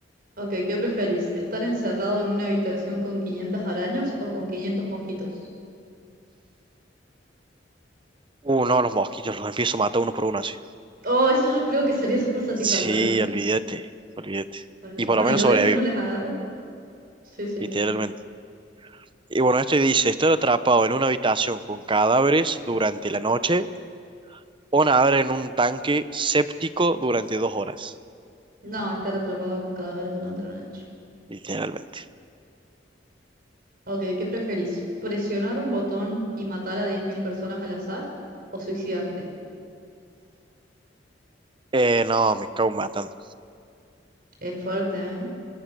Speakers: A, on the right (about 55°); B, on the right (about 30°).
A: Ok, ¿qué preferís? ¿Estar encerrado en una habitación con 500 araños o con 500 mosquitos?
B: Uh, no, los mosquitos los empiezo a matar uno por uno así.
A: Oh, eso yo creo que sería súper satisfactorio,
B: Sí,
A: ¿no?
B: olvídate, olvídate.
A: Con
B: Y
A: el,
B: por
A: con
B: lo menos
A: el odio
B: sobrevivo,
A: que uno les agarra. Sí, sí.
B: literalmente. Y bueno, esto dice, estar atrapado en una habitación con cadáveres durante la noche o nadar en un tanque séptico durante dos horas,
A: No, estar atrapado con cadáveres durante la noche.
B: literalmente.
A: Ok, ¿qué preferís? ¿Presionar un botón y matar a 10.000 personas al azar? ¿O suicidarte?
B: Eh, no, me cago matando.
A: Es fuerte, ¿eh?